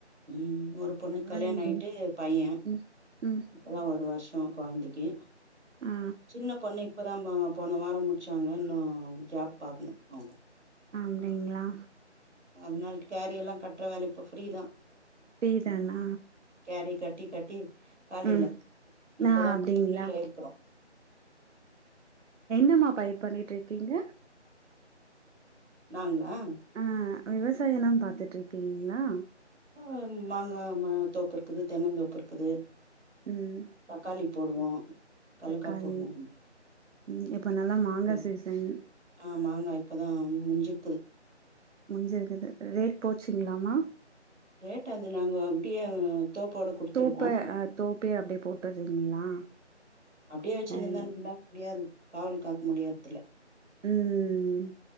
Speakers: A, on the right; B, on the right.
A: ம் ஒரு பொண்ணு
B: பரவாயில்லைங்களே
A: கல்யாண ஆயிட்டு பைய
B: ம் ம்
A: அதா ஒரு வர்ஷோ கொழந்தைக்கி
B: ஆ
A: சின்ன நம்ம போன வாரோ முடிச்சாங்க இன்னு ஜாப் பாக்குணு அவுங்க
B: அப்டிங்களா
A: அதனால கேரியெல்லா கட்டுற வேல இப்ப ஃப்ரீதா
B: ஃப்ரீ தானா
A: கேரி கட்டி கட்டி காலில்ல
B: ம்
A: இப்பதா
B: ஆ அப்டிங்களா
A: கொஞ்சோ ஃப்ரீ ஆயிருக்குறோ
B: என்னம்மா பயிர் பண்ணிட்டு இருக்கீங்க
A: நாங்களா
B: ஆ விவசாயோந்தா பாத்துட்டு இருக்கீங்களா
A: ஆ மாங்கா தோப்பு இருக்குது தென்னந்தோப்பு இருக்குது
B: ம்
A: தக்காளி போடுவோ கலக்கா
B: தக்காளி
A: போடுவோ
B: ம் இப்போ நல்லா மாங்கா
A: ம்.
B: சீசன்
A: ஆ மாங்கா இப்போ தா முஞ்சிருக்குது
B: முஞ்சுருந்தது ரேட் போச்சுங்களாம்மா
A: ரேட் அது நாங்க அப்டியே தோப்போட குடுத்துருவோ
B: தோப்ப ஆ தோப்பே அப்டியே போட்டுறீங்களா
A: அப்டியே வச்சுன்னு
B: சரி
A: இருந்தா நம்பளா முடியாது காவல் காக்க முடியறதுல்ல
B: ம் ம் ம்